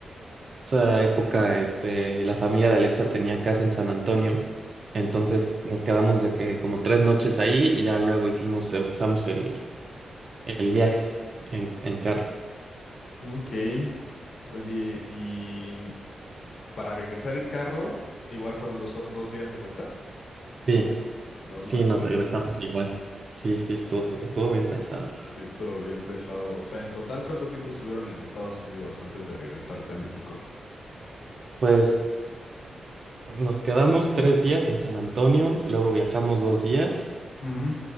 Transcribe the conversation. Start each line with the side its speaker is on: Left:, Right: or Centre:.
Right: esa época, este, la familia de Alexa tenía casa en San Antonio, entonces nos quedamos de que como tres noches ahí y ya luego hicimos, empezamos el, el viaje en, en carro.
Left: Ok. Oye, y mm, para regresar el carro, igual fueron dos, ho- dos días de vuelta.
Right: Sí,
Left: No manches.
Right: sí, nos regresamos igual. Sí, sí, estuvo, estuvo bien pesado, la
Left: Sí,
Right: verdad.
Left: estuvo bien pesado. O sea, en total, ¿cuánto tiempo estuvieron en Estados Unidos antes de regresarse a México?
Right: Pues nos quedamos tres días en San Antonio, luego viajamos dos días,
Left: Ujú.